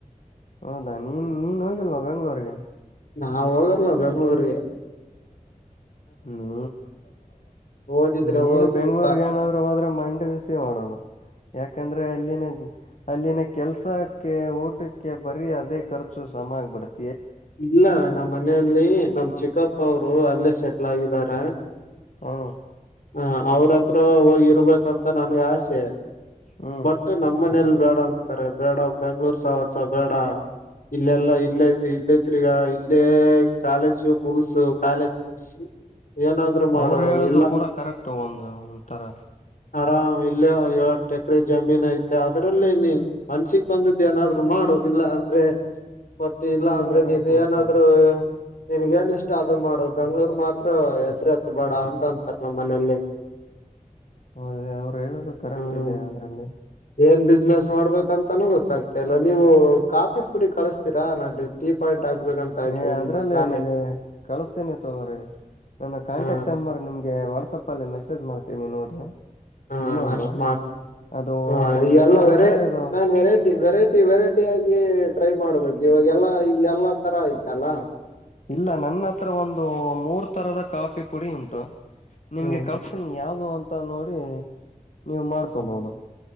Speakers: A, on the left (about 60°); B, on the left (about 75°).
A: ಹೌದಾ ನೀನ್ ನೀನ್ ಹೋಗಿಲ್ವಾ ಬೆಂಗ್ಗಳೂರ್ರಿಗೆ
B: ನಾ ಹೋಗಲ್ಲ ಬೆಂಗಳೂರ್ಗೆ
A: ನೀ
B: ಓದಿದ್ರೆ
A: ನೀನ್
B: ಓದು
A: ಬೆಂಗ್ಳೂರ್ಗ
B: ಇಲ್ಲ
A: ಏನಾದ್ೂ ಹೋದ್ರೆ ಮಂಡಿ ಬಿಸಿ ಮಾಡೋದು ಯಾಕಂದ್ರೆ ಅಲ್ಲಿನ ಅಲ್ಲಿನ ಕೆಲ್ಸಕ್ಕೆ ಊಟಕ್ಕೆ ಬರೀ ಅದೇ ಖರ್ಚು ಸಮ ಆಗ್ಬಿಡತೆ
B: ಇಲ್ಲ ನಮ್ಮ್ ಮನೆಯಲ್ಲಿ ನಮ ಚಿಕ್ಕಪ್ಪ ಅವರು ಅಲ್ಲೇ ಸೆಟ್ಲ್ ಆಗಿದಾರ
A: ಹ್ಮ
B: ಹ ಅವ್ರತ್ರ ಹೋಗಿರ್ಬೇಕಂತ ನನ್ಗೆ ಆಸೆ
A: ಹ್ಮ್
B: ಬಟ್ ನಮ್ಮ ಮನೇಲಿ ಬೇಡ ಅಂತಾರೆ ಬೇಡ ಬೆಂಗ್ಳೂರ್ ಸಾವತ್ ಬೇಡ ಇಲ್ಲೆಲ್ಲಾ ಇಲ್ಲೇ ಇಲ್ಲೇತ್ರಿಗ ಇಲ್ಲೇ ಕಾಲೇಜು ಮುಗಸು ಕಾಲೇಜ್ ಮುಗಿಸಿ ಏನಾದ್ರು ಮಾಡು
A: ಅವರು ಹೇಳುದು
B: ಇಲ್ಲ
A: ಕೂಡ ಕರೆಕ್ಟ್ ಒಂದು ಒಥರ
B: ಆರಾಮ್ ಇಲ್ಲೇ ಏಳ್ಂಟ ಸಕರೆ ಜಮೀನ್ ಐತೆ ಅದ್ರಲ್ಲಿ ನೀನ್ ಮನ್ಸಿಿಗೆ ಬಂದಿದ್ದ್ ಏನಾದ್ರು ಮಾಡೋಗಿಲ್ಲ ಅಂದ್ರೆ ಬಟ್ ಇಲ್ಲ
A: ಸುಮ್ನೆ
B: ಅಂದ್ರೆ
A: ಮನೇಲಿ
B: ನೀನ್
A: ಕುೂತ್ಕೊ
B: ಏನಾದ್ೂ ನಿನ್ಗೇನ್ ಇಷ್ಟ ಅದು ಮಾಡು ಬೆಂಗಳೂರ್ ಮಾತ್ರ ಹೆಸರು ಹತ್ ಬೇಡ ಅಂತ ಅಂತಾರ ನಮ್ಮ್ ಮನೇಲಿ
A: ಹೌದೇ ಅವ್ರು ಹೇಳುದು ಕರೆಕ್ಟ್
B: ಹ್ಮ್
A: ಇದೆ ಅದ್ರಲ್ಲಿ
B: ಏನ್ ಬಿಸ್ನೆಸ್ ಮಾಡ್ಬೇಕಂತಾನೂ ಗೊತ್ತಾಗ್ತಾ ಇಲ್ಲ ನೀವು ಕಾ ಫುಡಿ ಕಳಿಸತೀಾ ನ ಟೀ ಪಾಯಿಂಟ್ ಆಗ್ಬೇಕಂತ ಆಯ್ತ
A: ಏ ಅದ್ರಲ್ಲ
B: ಪ್ಲಾನ್
A: ಏನಿದೆ
B: ಐತಿ
A: ಕಳಸ್ತೀನಿ ತಗೋರಿಿ ನನ್ನ ಕಾಂಟ್ಯಾಕ್ಟ್
B: ಹ
A: ನಂಬರ್ ನಿಮ ಗೆ ವಾಟ್ಸಪ್ ಅಲ್ಲಿ ಮೆಸೇಜ್ ಮಾಡ್ತೀನಿ ನೋಡ್ರಿ
B: ಹಾ
A: ಇನ್ನೊಂದು
B: ಅಷ್ಟ್ಮಾ
A: ಅದು
B: ಹಾ
A: ಅದು
B: ಈಲ್ಲ
A: ಏನು ಅಂದ್ರೆ
B: ವೆರೈ
A: ಇದು
B: ನಾನ್ ವೆರೈಟಿ ವೆರೈಟಿ ವೆರೈಟಿ ಆಗ ಟ್ರೈ ಮಾಡ್ಬೇಕು ಇವಾಗ ಎಲ್ಲಾ ಇಲ್ಲಿ ಎಲ್ಲಾ ತರ ಐತಲ್ಲ
A: ಇಲ್ಲ ನನ್ನ ಹತ್ರ ಒಂದು ಮೂರ್ ತರದ ಕಾಫಿ ಪುಡಿ ಉಂಟು ನಿಮ್ಗೆ
B: ಹ್ಮ್
A: ಕಳ್ಸ್ತೀನಿ ಯಾವ್ದ ಅಂತ ನೋಡಿ ನೀವು ಮಾಡ್ಕೋಬಹುದು
B: ಹ್ಮ್